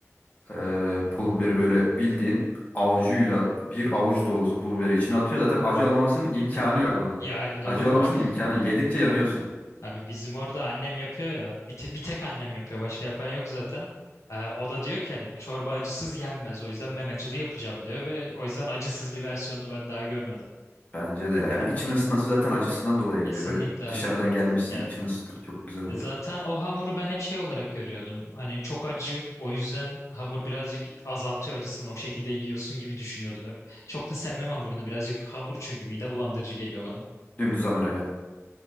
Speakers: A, on the left; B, on the left.
A: Ee, pul biberi böyle bildiğin avucuyla bir avuç dolusu pul biberi içine atıyor. Zaten acı olmamasının imkanı yok onun.
B: Yani doğal
A: Acı
B: olarak.
A: olmamasının imkanı. yok. Yedikçe yanıyorsun.
B: Abi bizim orada annem yapıyor ya. Bir, te- bir tek annem yapıyor. Başka yapan yok zaten. Ee, o da diyor ki hani bu çorba acısız yenmez. O yüzden ben acılı yapacağım diyor ve o yüzden acısız bir versiyonunu ben daha görmedim.
A: Bence de ya. Yani için ısıtması zaten acısından dolayı
B: Kesinlikle
A: geliyor. Böyle
B: abi.
A: dışarıdan gelmişsin
B: Ya
A: için ısıtır çok güzel olur.
B: Ya Zaten o hamuru ben hep şey olarak görüyordum. Hani çok acı, o yüzden hamur birazcık azaltıyor acısını. O şekilde yiyorsun gibi düşünüyordum hep. Çok da sevmem hamurunu. Birazcık hamur çünkü mide bulandırıcı geliyor bana.
A: Dümdüz hamur evet.